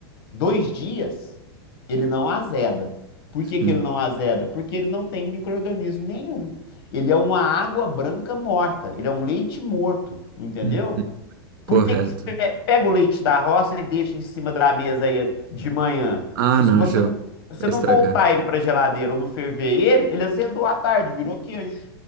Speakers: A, on the left; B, on the right.
A: dois dias, ele não azeda. Por
B: Sim,
A: que que ele não azeda? Porque ele não tem micro-organismo nenhum. Ele é uma água branca morta, ele é um leite morto, entendeu?
B: Uhum.
A: Por
B: correto.
A: que que pe- pega o leite da roça e deixa em cima da mesa aí de manhã?
B: Ah,
A: Se
B: não,
A: se você
B: já
A: não, se
B: vai
A: você
B: estragar.
A: não voltar ele para geladeira ou não ferver ele, ele azedou à tarde, virou queijo,